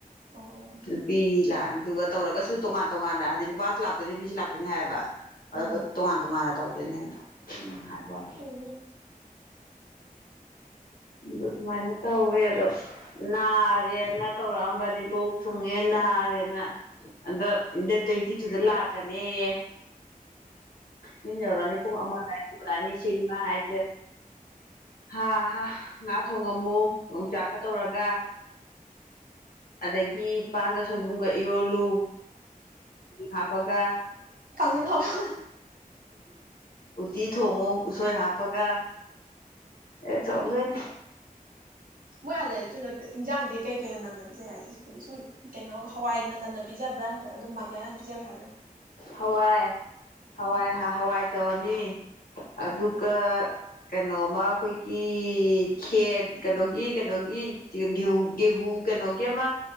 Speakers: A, on the right (about 70°); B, on the left (about 75°).
A: ꯑꯣ
B: ꯅꯨꯄꯤ ꯂꯥꯛꯑꯅꯤꯗꯨꯒ ꯇꯧꯔꯒꯁꯨ ꯇꯣꯉꯥꯟ ꯇꯣꯉꯥꯟꯅ ꯍꯥꯏꯗꯤ ꯅꯨꯄꯥꯁꯨ ꯂꯥꯛꯇꯣꯏꯅꯤ ꯅꯨꯄꯤꯁꯨ ꯂꯥꯛꯇꯣꯏꯅꯦ ꯍꯥꯏꯕ
A: ꯎꯝ
B: ꯑꯗꯨꯗ ꯇꯣꯉꯥꯟ ꯇꯣꯉꯥꯟꯅ ꯇꯧ ꯄꯨꯅꯦꯅ ꯅꯍꯥꯏꯕ
A: ꯄꯨꯉ
B: ꯑ ꯑꯗꯨꯃꯥꯏꯅ ꯇꯧꯋꯦ ꯑꯗꯣ ꯅꯥꯔꯦꯅ ꯇꯧꯔꯛꯑꯝꯕꯅꯤ ꯂꯣꯛ ꯊꯨꯡꯉꯦ ꯅꯥꯔꯦꯅ ꯑꯗ ꯗꯦꯠ ꯇ꯭ꯋꯦꯟꯇꯤ ꯇꯨꯗ ꯂꯥꯛꯀꯅꯦꯌꯦ ꯌꯨꯝ ꯌꯧꯔꯛꯑꯅꯤ ꯄꯨꯡ ꯑꯃꯗ ꯄꯨꯔꯛꯑꯅꯤ ꯁꯤꯃ ꯍꯥꯏ ꯍꯥꯥ ꯍꯥ ꯉꯥ ꯊꯣꯡꯉꯝꯃꯨ ꯌꯣꯡꯆꯥꯛꯀ ꯇꯧꯔꯒ ꯑꯗꯒꯤ ꯄꯥꯡꯒ ꯁꯣꯏꯕꯨꯝꯒ ꯏꯔꯣꯜꯂꯨ ꯍꯥꯥꯄꯒ
A: ꯀꯥꯡꯖꯤꯡ ꯍꯥꯞꯄ
B: ꯎꯇꯤ ꯊꯣꯡꯉꯣ ꯎꯁꯣꯏ ꯍꯥꯞꯄꯒ ꯑꯦ ꯆꯣꯡꯒꯣꯏꯅꯦ
A: ꯃꯣꯏ ꯑꯗꯇꯗ ꯏꯟꯖꯥꯡꯗꯤ ꯀꯩ ꯀꯩꯅꯣ ꯅꯝꯅ ꯄꯤꯖꯩ ꯍꯥꯏ ꯍꯥꯏꯗꯤ ꯁꯨꯝ ꯀꯩꯅꯣ ꯍꯋꯥꯏꯅ ꯅꯝꯅ ꯄꯤꯖꯕ꯭ꯔꯥ ꯅꯠꯇ꯭ꯔꯒ ꯑꯗꯨꯝ ꯃꯌꯥꯅ ꯄꯤꯖꯕ꯭ꯔꯥ ꯍꯥꯏꯕ꯭ꯔꯥ
B: ꯍꯋꯥꯏ
A: ꯎꯝ
B: ꯍꯋꯥꯏ ꯍꯋꯥꯏ ꯇꯧꯔꯅꯤ ꯑꯗꯨꯒ
A: ꯎꯝ
B: ꯀꯩꯅꯣꯃ ꯑꯩꯈꯣꯏꯒꯤ ꯈꯦꯔ ꯀꯩꯅꯣꯒꯤ ꯀꯩꯅꯣꯒꯤ ꯒꯦꯍꯨ ꯒꯦꯍꯨ ꯀꯩꯅꯣꯒꯤ ꯑꯃ